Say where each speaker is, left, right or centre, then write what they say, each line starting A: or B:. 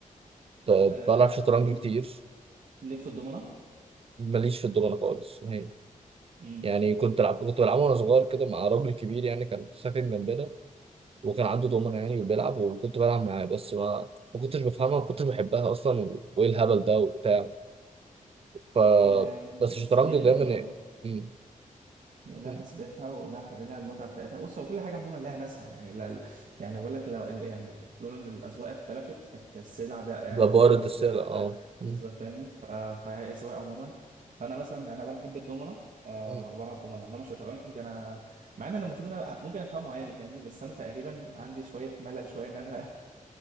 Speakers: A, on the right; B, on the right.
A: ب-
B: آه
A: بلعب
B: طيب
A: شطرنج كتير
B: ليك في الضمنه
A: ماليش في الدومنة خالص هي
B: امم
A: يعني كنت العب كنت بلعبه وانا صغير كده مع راجل كبير يعني كان ساكن جنبنا وكان عنده دومنة يعني وبيلعب وكنت بلعب معاه بس ما ما كنتش بفهمها ما كنتش بحبها اصلا و- وايه الهبل ده وبتاع ف
B: آه بص
A: بس الشطرنج
B: هي حلوه
A: دايما إيه؟ مم.
B: هي لها
A: مم.
B: حسبتها ولها حاجة لها المتعة بتاعتها بص هو كل حاجة عموما لها ناسها يعني لا يعني بقول لك لو يعني لولا إن الأذواق اختلفت كانت السلع بقى يعني
A: ببارد
B: بارت السلع
A: السلة اه
B: فاهم
A: مم.
B: بالظذات فاهمني ف- فهي أذواق عموما فأنا مثلا أنا بحب الدومنة أه
A: مم.
B: وبلعب دومنة إنما الشطرنج أنا مع إن أنا المفروض أنا ممكن أفهمه عادي فاهمني بس أنا تقريبا عندي شوية ملل شوية إن أنا <laughs>